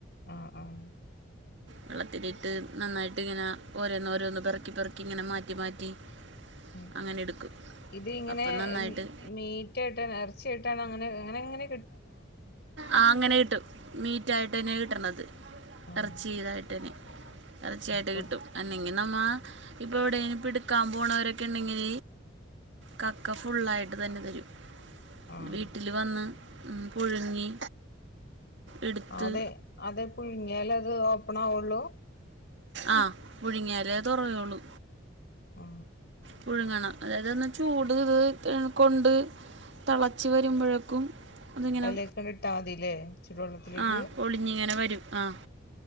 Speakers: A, on the left; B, on the right.
A: ആഹ് ആഹ്
B: വെള്ളത്തിലിട്ട് നന്നായിട്ട് ഇങ്ങനെ ഓരോന്ന് ഓരോന്ന് പിറക്കി പിറക്കി ഇങ്ങനെ മാറ്റി മാറ്റി
A: ഉം
B: അങ്ങനെ എടുക്കും
A: ഇത് ഇങ്ങനെ
B: അപ്പം നന്നായിട്ട്
A: മീറ്റായിട്ടാ ഇറച്ചിായിട്ടാണോ അങ്ങനെ അങ്ങനങ്ങനെ
B: ആ അങ്ങനെ കിട്ടും മീറ്റ ആയിട്ട്ന്നെ കിട്ടണത്
A: ആഹ്
B: ഇറച്ച ചെയ്തായിട്ട് തന്നെ ഇറർച്ചയായിട്ട്
A: പൊളി
B: കിട്ടും അന്നെങ്കി നമ്മ ഇപ്പോൾ എവിടെും ഇപ്പോൾ എടുക്കാൻ പോകണവരൊക്കെ ഉണ്ടെങ്കിൽ കക്ക ഫുള്ളായിട്ട് തന്നെ തരും
A: ആഹ്
B: വീട്ടില് വന്ന് ഉ പുഴുങ്ങി എടുത്ത്
A: അതെ അതെ പുഴുങ്ങിയാല അത് ഓപ്പൺ ആുള്ളൂ
B: ആ പുഴുങ്ങിയാലേ തുറയുള്ളൂ
A: ആ
B: പുഴുങ്ങണം അതായത് ഒന്ന് ചൂട് കൊണ്ട് തെളച്ച് വരുമ്പഴേക്കും. അതിങ്ങനെ
A: അതിലേക്കണ്ട് ഇട്ടാ മതില്ലേ ചൂടുവെള്ളത്തിലേക്ക്
B: ആഹ് പൊളിഞ്ഞ ഇങ്ങനെ വരും ആഹ്